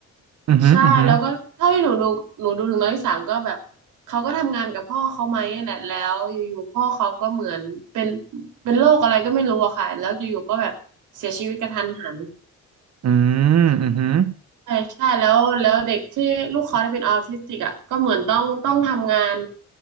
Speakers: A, on the right (about 60°); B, on the right (about 80°).
A: อือหืออือหือ
B: ใช่แล้วก็เท่าที่หนูดูหนูดูถึงน้องที่สามก็แบบเขาก็ทำงานกับพ่อเขาไหมนั่นแหละแล้วอยู่ๆพ่อเขาก็เหมือนเป็นเป็นโรคอะไรก็ไม่รู้อะค่ะแล้วอยู่ๆก็แบบเสียชีวิตกระทันหัน
A: อืมอือหือ
B: ใช่ใช่แล้วแล้วเด็กที่ลูกเขาที่เป็นออทิสติกอ่ะก็เหมือนต้องต้องทำงาน